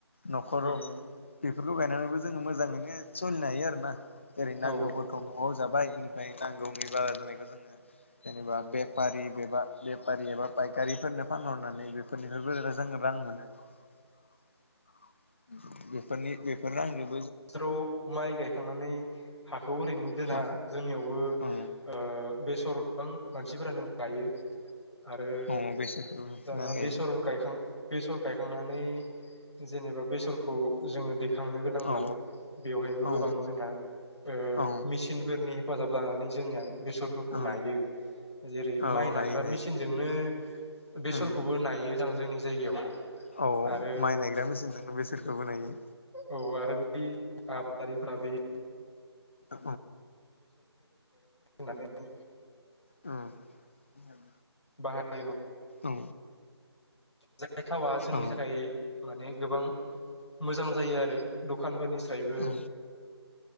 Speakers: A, on the left; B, on the left.
A: न'खराव
B: उम
A: बेफोरखौ गायनानैबो ज जोङो मोजाङैनो सोलिनो हायो आरो ना। एरै नांगौबो
B: औ
A: खौ न'आव जाबाय बेनिफ्राय नांगौनि बारा जानायखौ जोङो जेनेबा बेफारिबा बेफारि एबा फायखारिफोरनो फानहरनानै बेफोरनिफ्रायबो जो रां मोनोफोरनि बेफोर रांजों
B: बोसोराव माइ गायखांनानै हाखौ ओरैनो जोंहा
A: औ
B: जोंनियावबो
A: औ
B: ओ बेसर गोबां मानसिफोरा नो गायो। आरो
A: औ बेसादफोर बुथुमनानै
B: दाना बेसर
A: गायो
B: गायखां बेसर गायखांनानै जेनेबा बेसरखौ जोङो दैखांनो गोनांब्ला
A: औ
B: बेवहायबो
A: औ
B: गोबां जोंना ओ
A: औ
B: मेसिनफोरनि हेफाजाब लानानै जोंनिया बेसरफोरखौ
A: औ
B: नायो जेरै
A: औ
B: माइ नाग्रा
A: हायो
B: मेसिनजोंनो
A: हायो
B: बेसरखौबो नायो ज जोंनि जायगायाव
A: औ
B: आरो
A: माइ नायग्रा मेसिनजोंनो बेसोरखौबो नायो।
B: औ आरो बे आबादारिफोरा बेै
A: औ
B: <unintelligible> <unintelligible>
A: उम।
B: बाहायो
A: औ।
B: जाय थावा जोंनि
A: औ
B: थाखाय माने गोबां मोजां जायो आरो दखानफोरनिफ्रायबो।
A: औ